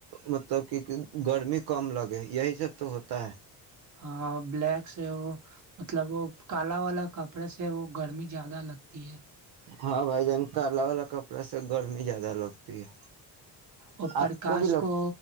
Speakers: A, on the right; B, on the right.
A: مطلب کہ گرمی کم لگے یہی سب تو ہوتا ہے
B: ہاں بلیک سے وہ مطلب وہ کالا والا کپڑے سے وہ گرمی زیادہ لگتی ہے
A: ہاں بھائی جان کالا والا کپڑا سے گرمی زیادہ لگتی ہے
B: اور پرکاش
A: آپ بھی لگ
B: کو